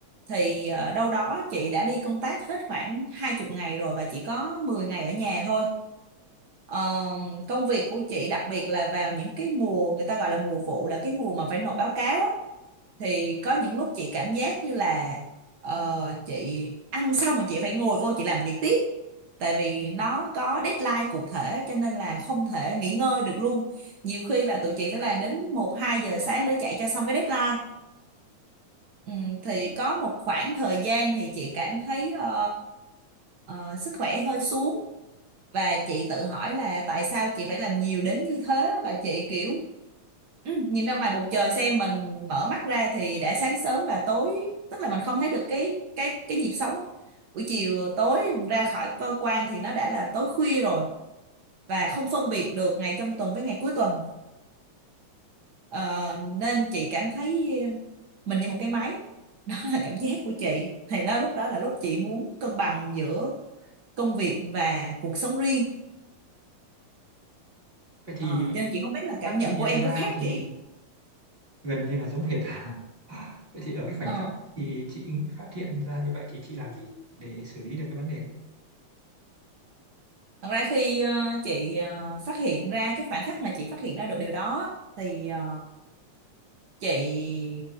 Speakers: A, on the right (about 60°); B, on the right (about 20°).
A: thì ờ, đâu đó chị đã đi công tác hết khoảng 20 ngày rồi và chỉ có 10 ngày ở nhà thôi Ờ, công việc của chị đặc biệt là vào những cái mùa người ta gọi là mùa vụ là cái mùa mà phải nộp báo cáo á thì có những lúc chị cảm giác như là ờ, chị ăn xong rồi chị phải ngồi vô chị làm việc tiếp tại vì nó có deadline cụ thể cho nên là không thể nghỉ ngơi được luôn nhiều khi là tụi chị phải làm đến một hai giờ sáng để chạy cho xong cái deadline ừ, thì có một khoảng thời gian thì chị cảm thấy ờ, ờ, sức khỏe hơi xuống và chị tự hỏi là tại sao chị phải làm nhiều đến như thế và chị kiểu ừ, nhìn ra ngoài bầu trời xem mình mở mắt ra thì đã sáng sớm và tối tức là mình không thấy được cái cái cái nhịp sống á. buổi chiều tối ra khỏi cơ quan thì nó đã là tối khuya rồi và không phân biệt được ngày trong tuần với ngày cuối tuần Ờ, nên chị cảm thấy mình như một cái máy <laughs> đó là cảm giác của chị thì đó lúc đó là lúc chị muốn cân bằng giữa công việc và cuộc sống riêng
B: vậy thì
A: Ờ, cho nên chị không biết là cảm
B: các
A: nhận
B: chị
A: của
B: nhận
A: em
B: ra
A: có khác
B: thì
A: chị
B: gần như là giống hệt à? <laughs> Vậy thì ở cái khoảnh
A: Ờ,
B: khắc thì chị phát hiện ra như vậy thì chị làm gì để xử lý được cái vấn đề đấy?
A: thật ra khi ờ, chị ờ, phát hiện ra cái khoảng khắc mà chị phát hiện ra được điều đó thì ờ, chị